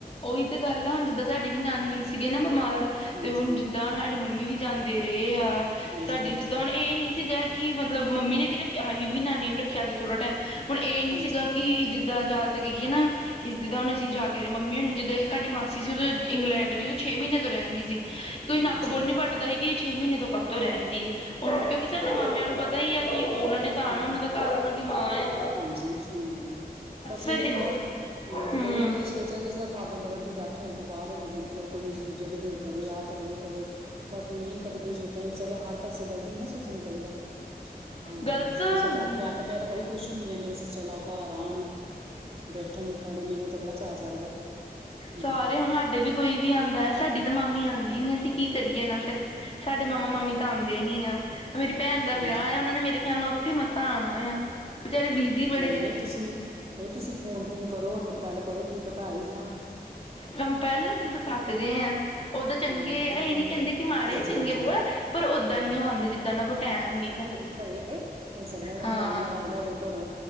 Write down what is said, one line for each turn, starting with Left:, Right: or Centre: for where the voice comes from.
Left: ਉਹੀ 'ਤੇ ਗੱਲ ਆ ਹੁਣ ਜਿੱਦਾਂ ਸਾਡੀ ਵੀ ਨਾਨੀ ਸੀਗੇ ਨਾ ਬਿਮਾਰ
Right: ਹਾਂਜੀ
Left: 'ਤੇ ਹੁਣ ਜਿੱਦਾਂ ਹੁਣ ਹਾਡੇ ਮੰਮੀ ਵੀ ਜਾਂਦੇ ਰੇ ਆ
Right: ਹਾਂਜੀ
Left: ਸਾਡੀ
Right: ਹਾਂਜੀ
Left: ਜਿੱਦਾਂ ਹੁਣ ਏ ਨੀ ਐ ਕਿ ਮਤਲਬ ਮੰਮੀ ਨੇ ਵੀ ਰੱਖਿਆ ਹਈ ਵੀ ਨਾਨੀ ਨੂੰ ਰੱਖਿਆ ਸੀ ਥੋੜਾ ਟਾਈਮ। ਹੁਣ ਏ ਨੀ
Right: ਹਾਂਜੀ ਹਾਂਜੀ
Left: ਸੀਗਾ ਕਿ ਜਿੱਦਾਂ ਜਾ 'ਤੇ ਕਹੀਏ ਨਾ ਕਿ ਜਿੱਦਾਂ ਹੁਣ ਅਸੀਂ ਜਾ ਕੇ ਮੰਮੀ ਜਿੱਦਾਂ ਸਾਡੀ ਮਾਸੀ ਸੀ ਉਦੋਂ ਇੰਗਲੈਂਡ ਲਈ ਉਦੋਂ ਛੇ ਮ੍ਹੀਨੇ ਤੋਂ ਰਹਿੰਦੀ ਸੀ। ਕੋਈ ਨੱਕ
Right: ਹਾਂਜੀ
Left: ਬੋਲ ਨੀ ਪੱਟਦਾ ਸੀ ਕਿ ਏ ਛੇ ਮ੍ਹੀਨੇ ਤੋਂ ਕਾਤੋ ਰਹਿੰਦੀ ਏ ਹੁਣ ਕਿਉਂਕਿ ਸਾਡੇ ਮਾਮਿਆਂ ਨੂੰ ਪਤਾ ਈ ਐ ਕਿ ਉਨਾਂ ਨੇ ਤਾਂ
Right: ਹੂੰ-ਹੂੰ,
Left: ਆਣਾ ਉਹਨਾਂ ਦਾ ਘਰ ਉਹਨਾਂ ਦੀ ਮਾਂ ਆ
Right: ਹਾਂਜੀ ਸੁ, ਬਸ
Left: ਫਿਰ
Right: ਏ ਈ
Left: ਇਦ
Right: ਹੁੰਦਾ ਹਾਂ,
Left: ਹੂੰ
Right: ਕਈ-ਕਈ ਸੋਚ ਰੇ ਦੇ ਜਿੱਦਾਂ ਫਾਦਰ-ਮਦਰ ਦੀ ਡੈਥ ਹੋਣ ਤੋਂ ਬਾਅਦ ਜਿੱਦਾਂ ਮਤਲਬ ਕੋਈ ਅਜੀਬ ਜਾ ਬਿਹੇਵ ਕਰੇ, ਆ ਕਰੇ, ਓ ਕਰੇ ਬਟ ਨਈ ਕਦੇ-ਕਦੇ ਸੋਚਣਾ ਵਿਚਾਰਾ‌ ਹਰ ਪਾਸੇ ਗ਼ਲਤ ਨੀ ਸੋਚਣਾ ਚਾਈਦਾ। ਹੂੰ
Left: ਗ਼ਲਤ
Right: ਸਈ ਸੋਚਿਆ ਮੈਂ ਤਾਂ, ਮੈ ਤਾਂ ਬੜੀ ਖੁਸ਼ ਹੁੰਨੀ ਆ, ਮੇਰੇ ਸਿਸਟਰ ਲੋ ਘਰ ਆਣ ਬੈਠਣ-ਉੱਠਣ ਮੈਨੂੰ ਤਾਂ ਬੜਾ ਚਾਅ ਚੜ੍ਹਦਾ ਵਾ। ਹਮ
Left: ਸਾਰੇ ਹੁਣ ਹਾਡੇ ਵੀ ਕੋਈ ਵੀ ਆਂਦਾ ਐ‌, ਸਾਡੀ ਤਾਂ ਮਾਮੀ ਆਂਦੀ ਨੀ ਅਸੀਂ ਕੀ ਕਰੀਏ ਨਾ ਫਿਰ ਸਾਡੇ ਮਾਮਾ-ਮਾਮੀ ਤਾਂ ਆਂਦੇ ਨੀ ਆ। ਮੇਰੀ ਭੈਣ ਦਾ
Right: ਹਾਂਜੀ
Left: ਵਿਆਹ ਆ ਉਨਾਂ ਨੇ ਮੇਰੇ ਖਿਆਲ ਨਾਲ ਉੱਥੇ ਮਸਾਂ ਆਣਾ ਆ। ਵਿਚਾਰੇ ਬਿਜ਼ੀ ਬੜੇ
Right: ਨਈ-ਨਈ
Left: ਆ
Right: ਤੁਸੀਂ, ਤੁਸੀਂ ਫੋਨ ਫੂਨ ਕਰੋ, ਗੱਲ ਕਰੋ, ਕੀ ਪਤਾ ਆ ਈ ਜਾਣ।
Left: ਰਮ ਪਹਿਲੇ ਅਸੀਂ 'ਤੇ ਥੱਕ ਗੇ ਆ। ਉਦਾ ਚੰਗੇ
Right: ਹਾਂ
Left: ਐ,
Right: ਕੰਪੈਲ
Left: ਏ ਨੀ ਕਹਿੰਦੇ ਕਿ ਮਾੜੇ
Right: ਹਾਂਜੀ
Left: ਚੰਗੇ
Right: ਹਾਂਜੀ
Left: ਬੋਰ ਆ ਪਰ ਉਦਾ
Right: ਹਾਂ
Left: ਨੀ ਓ ਆਂਦੇ ਜਿੱਦਾਂ ਇੰਨਾਂ ਕੋਲ ਟੈਮ ਨੀ ਲੱਗਦਾ।
Right: ਏ ਹੋ ਸਕਦਾ ਉਨਾਂ
Left: ਹਾਂ
Right: ਨੂੰ ਟਾਈਮ ਨਾ ਲੱਗਦਾ ਹੋਵੇ ਘਰੋਂ,